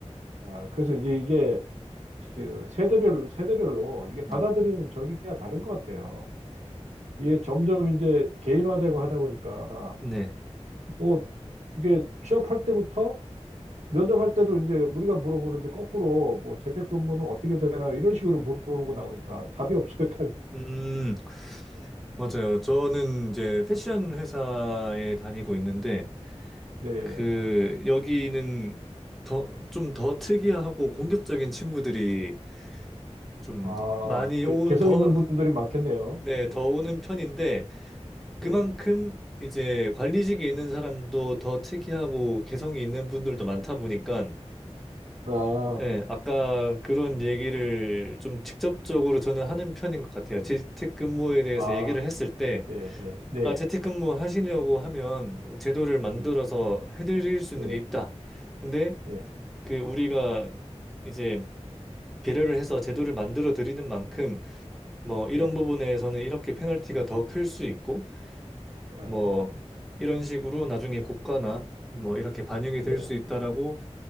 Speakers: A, on the right; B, in the centre.
A: 아, 그래서 이제 이게 그 세대별 세대별로 이게 받아들이는
B: 네.
A: 적이가 다른 것 같아요. 이게 점점 이제 개인화되고 하다 보니까
B: 네.
A: 뭐 이게 취업할 때부터 면접할 때도 이제 우리가 물어보는데 거꾸로 뭐 재택근무는 어떻게 되나 이런 식으로 물어보고 나오니까 답이 없어요, 답이. <laughs>
B: 음, 맞아요. 저는 이제 패션 회사에 다니고 있는데
A: 네.
B: 그 여기는 더 좀 더 특이하고 공격적인 친구들이 좀
A: 아,
B: 많이
A: 개,
B: 오,
A: 개성
B: 더,
A: 있는 분들이 많겠네요.
B: 네,
A: 예,
B: 더 오는 편인데 그만큼
A: 예.
B: 이제 관리직에 있는 사람도 더 특이하고 개성이 있는 분들도 많다 보니까
A: 아,
B: 예, 아까 그런 얘기를 좀 직접적으로 저는 하는 편인 것 같아요. 재택근무에 대해서
A: 아,
B: 얘기를 했을 때,
A: 네, 네, 네.
B: 아, 재택근무 하시려고 하면 제도를 만들어서
A: 음,
B: 해드릴 수는
A: 네,
B: 있다. 근데
A: 예,
B: 그 우리가 이제 배려를 해서 제도를 만들어 드리는 만큼 뭐 이런
A: 네,
B: 부분에서는 이렇게 페널티가 더 클 수 있고
A: 아,
B: 뭐 이런 식으로 나중에 고가나 뭐 이렇게 반영이
A: 네.
B: 될 수 있다라고